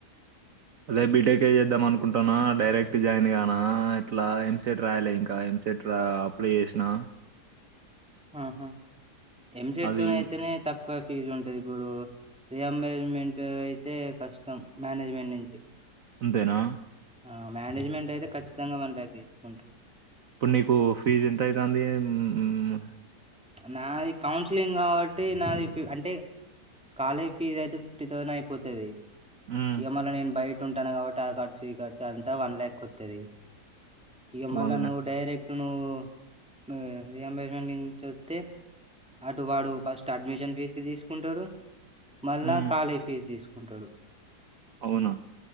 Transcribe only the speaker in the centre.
ఆహా ఎమ్సెట్
తోనైతనే తక్ క్కువే ఫీజు ఉంటది ఇప్పుడు రియంబ్జ్మెంట్ అయితే కష్టం మ్యానేజ్మెంట్ నించి
ఆ మ్యానేజ్మెంట్ అయితే ఖచ్చితంగా మనలాగే ఉంట్రు.
నాది కౌన్సిలింగ్ కాబట్టి నాది ఫిఫ్ అంటే కాలేజ్ ఫీజ్ అయితే ఫిఫ్టీ థౌజన్ అయిపోతది
ఇగ మల్ల నేన్ బైట్ టుంటాను కాబట్టి ఆ ఖర్చు ఈ ఖర్చు అంతా వన్ ల్యాక్ వత్తది ఇగ మళ్ళ
నువ్వు డైరెక్ట్ టు నువ్వు నే రియంబర్స్మెంట్ నించి ఒ తే అటు వాడు ఫస్ట్ అడ్మిషన్ ఫీజ్ కి తీసుకుంటాడు మళ్ళా
కాలేజ్ ఫీజు తీసుకుంటాడు